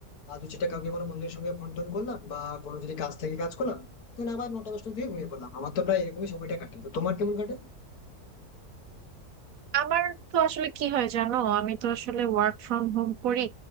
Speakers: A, on the left; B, on the right.
A: আর দু চারটা কাউকে কোনো বন্ধুদের সঙ্গে ফোন টোন করলাম বা কোনো যদি কাজ থেকে কাজ করলাম দেন আবার নটা দশটার দিকে ঘুমিয়ে পড়লাম আমার তো প্রায় এরকমই সময়টা কাটে তো তোমার কেমন কাটে
B: আমার তো আসলে কি হয় জানো আমি তো আসলে ওয়ার্ক ফ্রম হোম করি